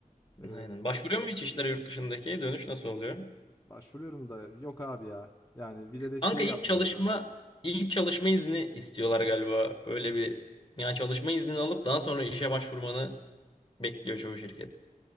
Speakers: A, on the left (about 20°); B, on the left (about 35°).
A: E,
B: aynen. Başvuruyor mu hiç işlere yurt dışındaki? Dönüş nasıl oluyor?
A: başvuruyorum da yok abi ya. Yani vize desteği
B: Kanka ilk
A: yapmıyor
B: çalışma
A: şu.
B: ilk çalışma izni istiyorlar galiba. Öyle bir yani çalışma iznini alıp daha sonra işe başvurmanı bekliyor çoğu şirket.